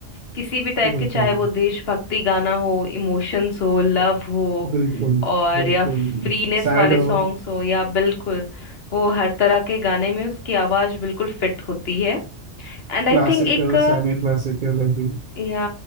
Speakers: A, on the left; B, on the right.
A: किसी भी टाइप
B: बिल्कुल
A: के चाहे वो देशभक्ति गाना हो इमोशंस हो लव हो
B: बिल्कुल
A: और
B: बिल्कुल
A: या फ्रीनेस
B: सैड
A: वाले
B: हो
A: सॉन्ग्स हो या बिल्कुल वो हर तरह के गाने में उसकी आवाज बिल्कुल फिट होती है एंड आई
B: क्लासिकल
A: थिंक एक
B: सेमी क्लासिकल अभी
A: या